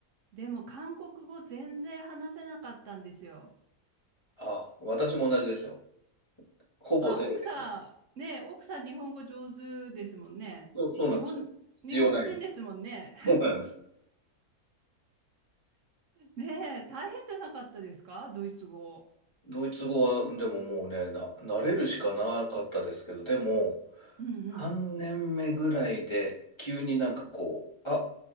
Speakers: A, on the right; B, on the left.
A: でも韓国語全然話せなかったんですよ。
B: ああ、私も同じですよ。ほぼゼロで。
A: あ、奥さん、ねえ、奥さん日本語上手ですもんね。
B: そう、そうなんですよ。
A: 日本、
B: 必要ない。
A: 日本人ですもんね。
B: <laughs> そうなんです。
A: ねえ、大変じゃなかったですかドイツ語。
B: ドイツ語は、でももうね、な、慣れるしかなかったですけど、でも、
A: うんうん。
B: 3年目ぐらいで、急になんかこう、あ、